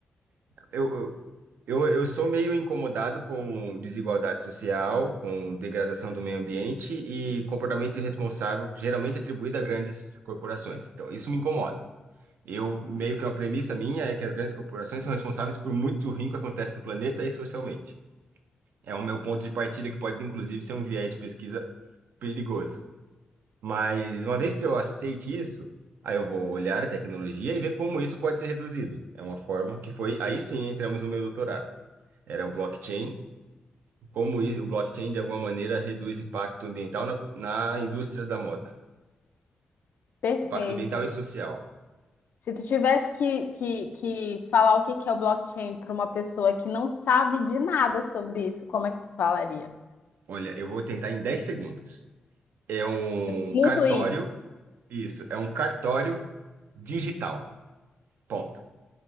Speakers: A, on the right; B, on the left.
A: Eu, eu, eu, eu sou meio incomodado com desigualdade social, com degradação do meio ambiente e comportamento irresponsável, geralmente atribuído a grandes corporações. Então, isso me incomoda. Eu, meio que uma premissa minha é que as grandes corporações são responsáveis por muito ruim que acontece no planeta e socialmente. É o meu ponto de partida que pode, inclusive, ser um viés de pesquisa perigoso. Mas, uma vez que eu aceite isso, Aí eu vou olhar a tecnologia e ver como isso pode ser reduzido. É uma forma que foi, aí sim entramos no meu doutorado era o blockchain, como i- o blockchain de alguma maneira reduz impacto ambiental na, na indústria da moda,
B: Perfeito.
A: impacto ambiental e social.
B: Se tu tivesse que, que, que falar o que que é o blockchain para uma pessoa que não sabe de nada sobre isso, como é que tu falaria?
A: Olha, eu vou tentar em 10 segundos. É um
B: Num
A: cartório,
B: tweet.
A: isso, é um cartório digital. Ponto.